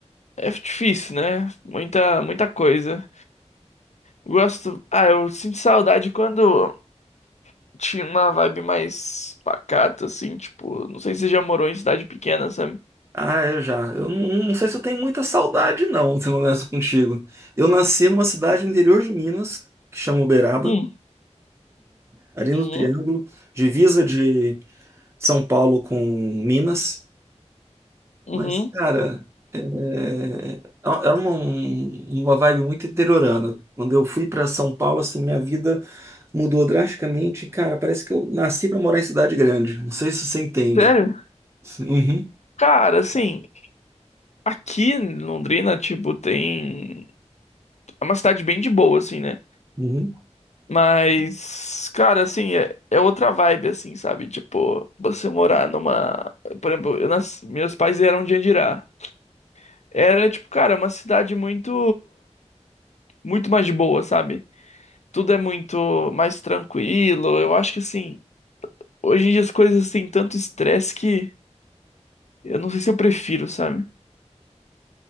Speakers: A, on the left; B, on the right.
A: é difícil, né? Muita, muita coisa. Gosto. Ah, eu sinto saudade quando. tinha uma vibe mais pacata, assim, tipo, não sei se você já morou em cidade pequena, sabe?
B: Ah, eu já. Eu não, não sei se eu tenho muita saudade, não, <laughs> sendo honesto contigo. Eu nasci numa cidade no interior de Minas, que chama Uberaba,
A: Hum,
B: ali no
A: uhum,
B: Triângulo, divisa de São Paulo com Minas.
A: uhum.
B: Mas, cara, é, é, era uma, um- uma vibe muito interiorana. Quando eu fui para São Paulo, assim, minha vida mudou drasticamente. Cara, parece que eu nasci para morar em cidade grande. Não sei se você entende.
A: Sério?
B: Uhum,
A: Cara, assim, aqui em Londrina, tipo, tem. É uma cidade bem de boa, assim, né?
B: uhum.
A: Mas, cara, assim, é, é outra vibe, assim, sabe? Tipo, você morar numa. Por exemplo, eu nas... meus pais eram de Andirá. Era, tipo, cara, uma cidade muito. Muito mais de boa, sabe? Tudo é muito mais tranquilo. Eu acho que, assim. Hoje em dia as coisas têm tanto estresse que eu não sei se eu prefiro, sabe?